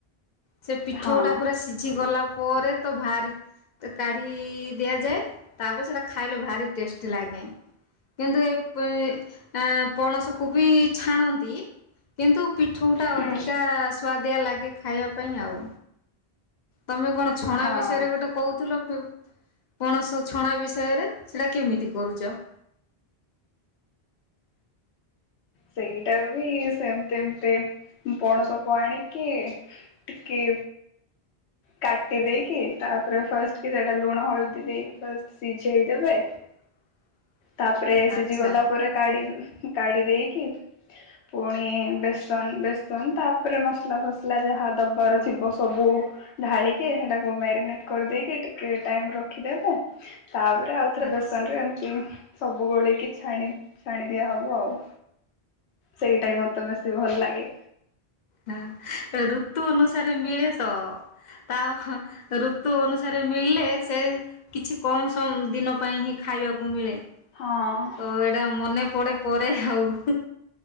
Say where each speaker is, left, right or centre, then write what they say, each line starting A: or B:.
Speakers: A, on the left (about 55°); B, on the left (about 85°).
A: ସେ ପିଠଉ
B: ହଁ
A: ଟା ପୁରା ସିଝିଗଲା ପରେ ତ ଭାରି ତ କାଢି ଦିଆଯାଏ। ତାପରେ ସେଟା ଖାଇଲେ ଭାରି ଟେଷ୍ଟି ଲାଗେ। କିନ୍ତୁ ଏ ପେ ଆଁ ପଣସକୁ ବି ଛାଣନ୍ତି କିନ୍ତୁ ପିଠଉ ଟା
B: ହୁଁ
A: ଅଧିକା ସୁଆଦିଆ ଲାଗେ, ଖାଇଆ ପାଇଁ ଆଉ। ତମେ କଣ ଛଣା
B: ହଁ
A: ବିଷୟରେ ଗୋଟେ କହୁଥିଲ? ପୁ ପଣସ ଛଣା ବିଷୟରେ, ସେଟା କେମିତି କରୁଚ?
B: ସେଇଟା ବି ସେମିତି ଏମିତି ଉ ପଣସକୁ ଆଣିକି ଟିକେ କାଟି ଦେଇକି, ତାପରେ ଫାଷ୍ଟ କି ସେଟା ଲୁଣ ହଳଦୀ ଦେଇକି ପୁରା ସିଝେଇଦବେ
A: <inaudible>
B: ତାପରେ ସିଝି
A: ଆଚ୍ଛା
B: ଗଲା ପରେ କାଢ଼ି କାଢ଼ି ଦେଇକି ପୁଣି ବେସନ ବେସନ ତାପରେ ମସଲା ଫସଲା ଯାହା ଦବାର ଥିବ ସବୁ ଢାଳିକି, ସେଟାକୁ ମ୍ୟାରିନେଟ କରିଦେଇକି ଟିକେ ଟାଇମ ରଖିଦେବେ। ତାପରେ ଆଉ ଥରେ
A: ଆଚ୍ଛା
B: ବେସନ ରେ ଏମିତି ସବୁ ଗୋଳେଇକି ଛାଣି ଛାଣି ଦିଆହବ ଆଉ। ସେଇଟା ମତେ ବେଶୀ ଭଲ ଲାଗେ।
A: ହଁ ଋତୁ ଅନୁସାରେ ମିଳେ ତ ତା ହଁ ଋତୁ ଅନୁସାରେ ମିଳିଲେ ସେ କିଛି କମ୍ସ ଦିନ ପାଇଁ ହିଁ ଖାଇବାକୁ ମିଳେ।
B: ହଁ।
A: ତ ଏଇଟା ମନେ ପଡେ ପରେ ଆଉ ହୁଁ